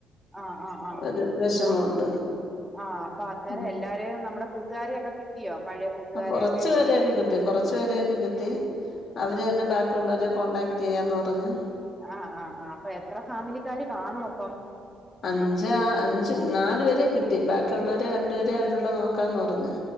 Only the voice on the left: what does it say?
ഒരു വിഷമമുണ്ട്
ഉം
ആ കുറച്ചു പേരെയൊക്കെ കിട്ടി കൊറച്ചു പേരെയൊക്കെ കിട്ടി അവര് തന്നെ ബാക്കിയുള്ളവരെ കോണ്ടാക്ട് ചെയ്യാന്ന് പറഞ്ഞു
അഞ്ചാ അഞ്ച്, നാലു പേരെ കിട്ടി. ബാക്കിയുള്ളോരെ രണ്ടുപേരെ അവരൂടെ നോക്കാന്ന് പറഞ്ഞ്